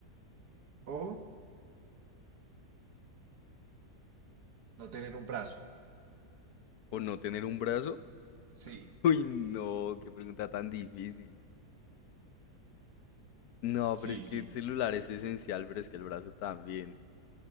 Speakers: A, on the right; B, on the left.
A: o no tener un brazo?
B: ¿O no tener un brazo? <laughs>
A: Sí,
B: Uy, no, qué pregunta tan difícil. No,
A: sí,
B: pero es que
A: sí.
B: el celular es esencial, pero es que el brazo también.